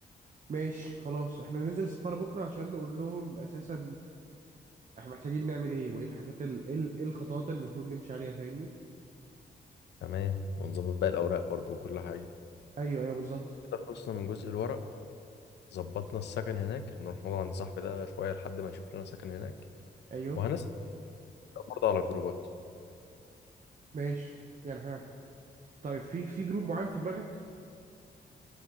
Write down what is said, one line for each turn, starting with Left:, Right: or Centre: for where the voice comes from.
Right: ماشي خلاص احنا ننزل السفارة بكرة عشان نقول لهم اساسا احنا محتاجين نعمل ايه وايه الحاجات ال... ايه ال- إيه الخطوات اللي المفروض نمشي عليها فاهمني
Left: تمام ونظبط باقي الاوراق برضو وكل حاجه
Right: ايوه ايوه بالظبط
Left: كده خلصنا من جزء الورق ظبطنا السكن هناك هنروح نقعد عند صاحبي ده شوية لحد ما يشوف لنا سكن هناك
Right: ايوه
Left: وهنسأل برضه على جروبات
Right: ماشي يعني احنا طيب في في جروب معين في دماغك